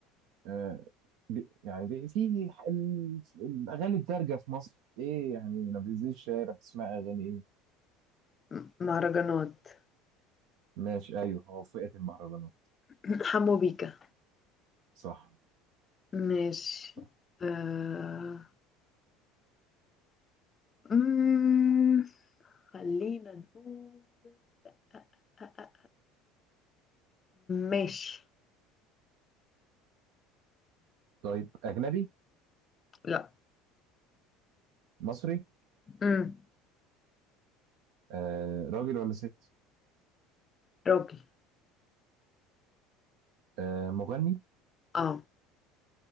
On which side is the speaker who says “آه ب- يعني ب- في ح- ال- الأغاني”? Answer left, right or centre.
Right